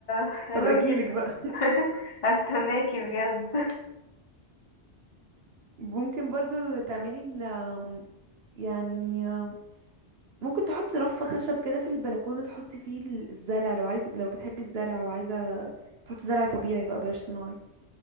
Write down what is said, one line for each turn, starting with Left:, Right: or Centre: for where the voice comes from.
Left: حلو
Right: هبقى اجيلك
Left: جدا
Right: بقى
Left: <laughs> هستناكي بجد
Right: ممكن برضو تعملي ال آم، يعني آم، ممكن تحطي رف خشب كده في البلكونة تحطي فيه الزرع لو عايزة لو بتحبي الزرع وعايزة تحطي زرع طبيعي بقى بلاش صناعي